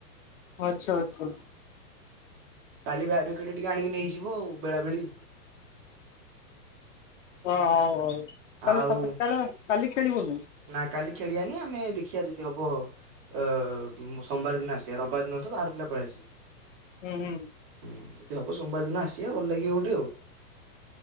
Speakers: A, on the left; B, on the right.
A: ଆଚ୍ଛା ଆଚ୍ଛା ଆ
B: କାଲି ବି ଆଡ଼ଭେକେଟ୍ ଟିକେ ଆଣିକି ନେଇଯିବୁ ଆଉ ବେଳାବେଳୀ।
A: ଓ ହଉ ହଉ ତାହାଲେ
B: ଆଉ
A: ସତରେ ତାହାଲେ କାଲି ଖେଳିବୁନୁ।
B: ନା କାଲି ଖେଳିବାନି ଆମେ ଦେଖିଆ ଯଦି ହବ ଅ ସୋମବାର ଦିନ ଆସିବା ରବିବାର ଦିନ ତ ବାହର ପିଲା ପଳେଇ ଆସିବେ।
A: ହୁଁ ହୁଁ।
B: ହୁଁ ଯଦି ହବ ସୋମବାର ଦିନ ଆସିବା ଭଲ ଲାଗିବ ଗୋଟେ ଆଉ।